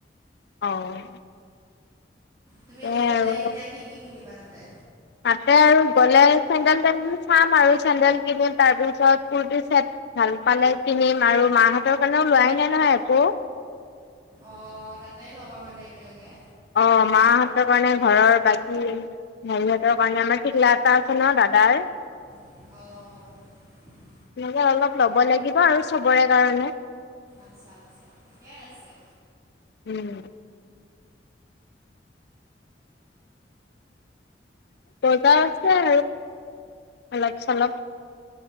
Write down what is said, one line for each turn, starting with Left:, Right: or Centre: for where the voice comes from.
Left: অ'।
Right: তুমি
Left: সেয়াই
Right: এনেই গ'লে
Left: আৰু
Right: এতিয়া কি, কি কিনিবা তাতে?
Left: তাতে আৰু গ'লে চেণ্ডেল, তেণ্ডেল চাম আৰু চেণ্ডেল কিনিম তাৰ পিছত কুৰ্তি চেট ভাল পালে কিনিম আৰু মাহঁতৰ কাৰণেও লোৱাই নাই নহয়, একো।
Right: অ, তাতে ল'বা মানে একেলগে।
Left: অ, মাহঁতৰ কাৰণে ঘৰৰ বাকী হেৰিহঁতৰ কাৰণে আমাৰ টিকলা এটা আছে ন, দাঁত দাই
Right: অ'।
Left: তেনে অলপ ল'ব লাগিব আৰু চবৰে কাৰণে।
Right: আচ্ছা, আচ্ছা, ঠিকেই আছে।
Left: উম। বজাৰ আছে আৰু অলপ চলপ।